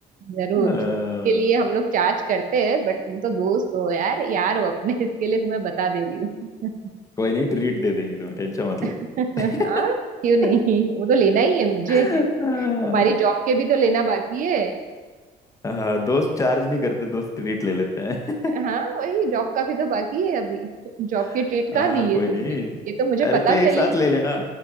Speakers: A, on the right; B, on the left.
A: जरूर
B: अ,
A: इसके लिए हम लोग चार्ज करते हैं बट तुम तो दोस्त हो यार यार हो अपने इसके लिए तुम्हें बता दे रही हूँ
B: कोई नहीं ट्रीट दे देंगे तुम्हें टेंशन मत लो
A: <laughs>
B: <laughs>
A: हाँ क्यों नहीं वो तो लेना ही है मुझे
B: हाँ,
A: तुम्हारी जॉब के भी तो लेना बाकी है
B: हाँ, दोस्त चार्ज नहीं करते दोस्त ट्रीट ले लेते हैं
A: हाँ वही जॉब का भी तो बाकी है अभी जॉब की
B: <laughs>
A: ट्रीट कहाँ
B: हाँ
A: दी
B: कोई
A: है तुमने
B: नहीं
A: ये तो मुझे
B: अरे
A: पता
B: तो एक
A: चली
B: साथ ले लेना